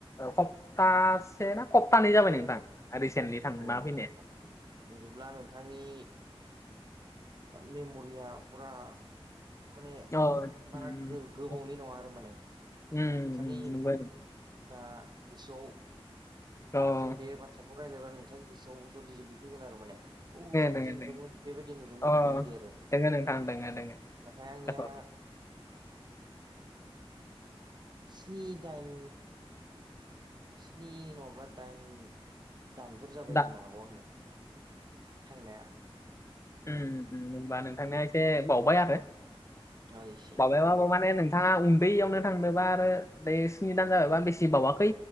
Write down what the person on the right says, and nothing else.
औ
आ। बिदिब्ला नोंथांनि मेमरिया फुरा माने
बारा
गो गोबावनि
नङा आरो माने नोंसोरनि
ओ गोसोआव दा
जों बे बाथ्राखौ रायज्लायबा नोंथांनि गोसोआव जल्दि जल्दि फैगोन आरो माने औ जों
बिदि
नुदोंमोन बेबायदि नुदोंमोन
बेबायदि आरो
नाथाय आंनिया
स्नि दाइन स्नि नङाब्ला दाइन दानफोर जाबाय
जानो हागौ आंनिया थांनाया
ओ एसे
गोबाव जाबाय